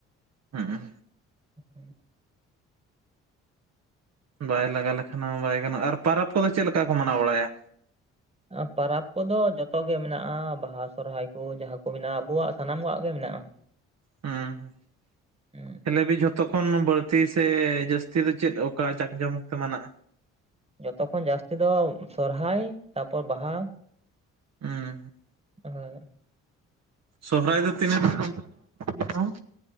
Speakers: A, on the right; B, on the right.
A: ᱦᱩᱸᱻ᱾
B: <inaudible>
A: ᱵᱟᱭ ᱞᱟᱜᱟ ᱞᱮᱠᱷᱟᱱ ᱢᱟ ᱵᱟᱭ ᱜᱟᱱᱚᱜᱼᱟ᱾ ᱟᱨ ᱯᱟᱨᱟᱵᱽ ᱠᱚᱫᱚ ᱪᱮᱫ ᱞᱮᱠᱟ ᱠᱚ ᱢᱟᱱᱟᱣ ᱵᱟᱲᱟᱭᱟ?
B: ᱟᱨ ᱯᱟᱨᱟᱵᱽ ᱠᱚᱫᱚ ᱡᱚᱛᱚ ᱜᱮ ᱢᱮᱱᱟᱜ-ᱟ, ᱵᱟᱦᱟ ᱥᱚᱦᱚᱨᱟᱭ ᱠᱩ ᱡᱟᱦᱟᱸ ᱠᱚ ᱢᱮᱱᱟᱜ-ᱟ ᱟᱵᱚᱣᱟᱜ ᱥᱟᱱᱟᱢ ᱠᱚᱣᱟᱜ ᱜᱮ ᱢᱮᱱᱟᱜ-ᱟ᱾
A: ᱦᱩᱸᱻ᱾
B: ᱦᱩᱸ
A: ᱦᱮ ᱞᱟᱹᱭᱵᱤᱱ ᱡᱷᱚᱛᱚ ᱠᱷᱚᱱ ᱵᱟᱹᱲᱛᱤ ᱥᱮ ᱡᱟᱹᱥᱛᱤ ᱫᱚ ᱪᱮᱫ ᱚᱠᱟ ᱡᱟᱠ ᱡᱚᱢᱚᱠ ᱛᱮ ᱢᱮᱱᱟᱜ-ᱟ?
B: ᱡᱚᱛᱚᱠᱷᱚᱱ ᱡᱟᱹᱥᱛᱤ ᱫᱚ ᱥᱚᱨᱦᱟᱭ, ᱛᱟᱯᱚᱨ ᱵᱟᱦᱟ᱾
A: ᱦᱩᱸᱻ᱾
B: ᱦᱮᱸᱻ᱾
A: ᱥᱚᱦᱚᱨᱟᱭ ᱫᱚ ᱛᱤᱱᱟᱹᱜ ᱫᱤᱱ ᱯᱮ ᱢᱟᱱᱟᱣᱼᱟ?